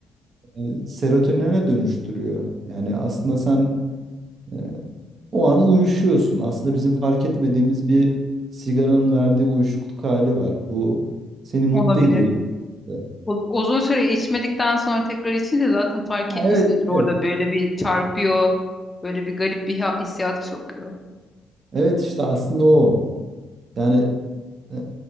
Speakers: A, on the right; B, on the left.
A: e, serotonine dönüştürüyor. Yani aslında sen e, o an uyuşuyorsun. Aslında bizim fark etmediğimiz bir sigaranın verdiği uyuşukluk hali var. Bu seni mutlu
B: olabilir.
A: ediyor. Ha,
B: Uz- Uzun süre içmedikten sonra tekrar içince zaten fark etmişsindir
A: Evet, işte.
B: orada böyle bir çarpıyor, böyle bir garip bir ha- hissiyata sokuyor.
A: evet işte aslında o. Yani e,